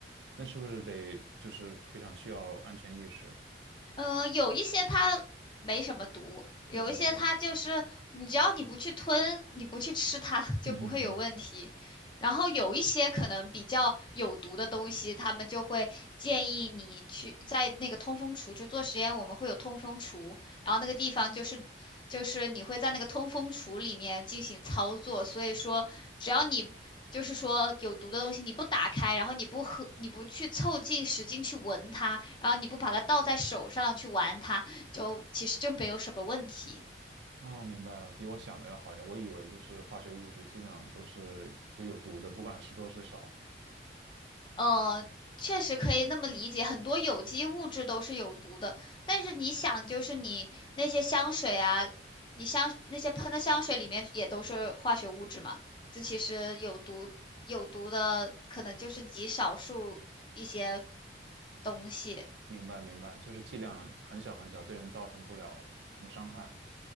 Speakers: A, on the right; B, on the left.
A: 那是不是得就是非常需要安全意识，
B: 嗯，有一些它没什么毒，有一些它就是你只要你不去吞，
A: 没什么多？
B: 你不去吃它 <laughs> 就不会有问题。
A: 嗯，
B: 然后有一些可能比较有毒的东西，他们就会建议你去在那个通风橱，就做实验，我们会有通风橱，然后那个地方就是就是你会在那个通风橱里面进行操作，所以说只要你就是说有毒的东西你不打开，然后你不喝，你不去凑近使劲去闻它，然后你不把它倒在手上去玩它，就其实就没有什么问题。
A: 哦，明白了，比我想的要好一点。我以为就是化学物质基本上都是就有毒的，不管是多是少。
B: 呃，确实可以那么理解，很多有机物质都是有毒的，但是你想，就是你那些香水啊，你香那些喷的香水里面也都是化学物质嘛，这其实有毒有毒的可能就是极少数一些东西。
A: 明白明白，就是剂量很小很小，对人造成不了什么伤害。